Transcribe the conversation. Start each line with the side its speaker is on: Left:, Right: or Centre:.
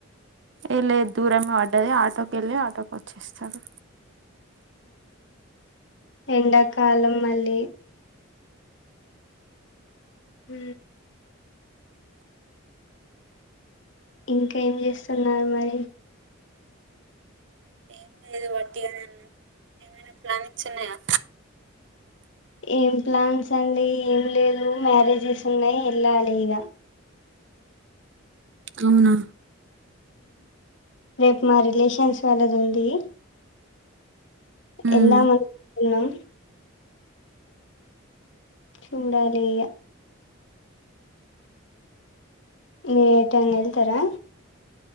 Right: వెళ్ళ దూరమే పడ్డది ఆటోకి వెళ్ళి ఆటోకి వచ్చేస్తాడు
Left: ఎండాకాలం మళ్ళీ హ ఇంకా ఏం చేస్తున్నారు మరి
Right: ఎ ఇదు వట్టిగాన్నా ఏమైనా ప్లానిచ్చిన్నాయా
Left: ఏం ప్లాన్స్ అండి ఏం లేదు మ్యారేజ్ స్ సున్నాయి ఎల్లాలి లిగా
Right: అవునా
Left: రేపు మా రిలేషన్స్ వాళ్ళది ఉంది
Right: ఉమ్
Left: ఎల్ దామ్ మనుకున్నాం చూడాలి గా మీరు ఏ టైనా వెళ్తారా